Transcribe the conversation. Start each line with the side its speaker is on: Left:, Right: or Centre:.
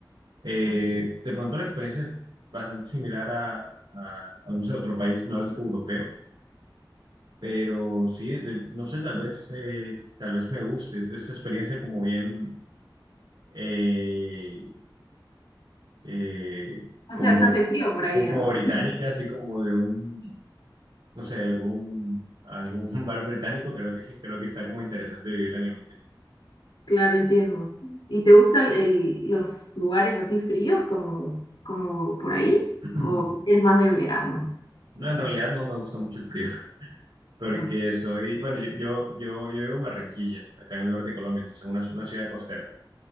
Right: Eh,
Left: Ah,
Right: de pronto la experiencia es bastante similar a, a, a, no sé, otro país nórdico europeo, pero sí, de- no sé, tal vez, eh, tal vez me guste esta experiencia como bien. eh, eh,
Left: Hace
Right: como,
Left: bastante frío por ahí,
Right: como,
Left: ¿ah?
Right: como británica,
Left: <laughs>
Right: así como de un, no sé, algún, algún <laughs> bar británico, creo que, creo que está como interesante vivirla en algún tiempo.
Left: Claro, entiendo. ¿Y te gustan el- los lugares así fríos como, como por ahí?
Right: <clears throat>
Left: ¿O eres más de verano?
Right: No, en realidad no me gusta mucho el frío, <laughs> porque
Left: Ajá.
Right: soy, bueno, yo, yo, yo, yo vivo en Barranquilla, acá en el norte de Colombia, entonces una, una ciudad costera,